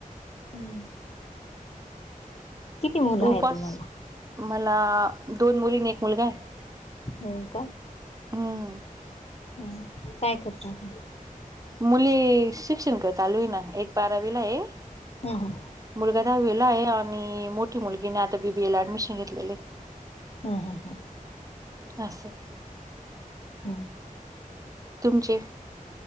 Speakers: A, on the left (about 45°); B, on the right (about 25°).
A: <unintelligible> किती मुलं आहे
B: उपास,
A: तुम्हाला?
B: मला दोन मुली आणि एक मुलगा आहे.
A: हुं का?
B: हम्म
A: हम काय करता ते?
B: मुली शिक्षण क चालू आहे ना एक बारावीला हाय
A: हं, हं.
B: मुलगा दहावीला आहे आणि मोठी मुलगीने आता बीबीए ला ऍडमिशन घेतलेलं आहे.
A: ह ह हम.
B: आसं.
A: हम.
B: तुमचे?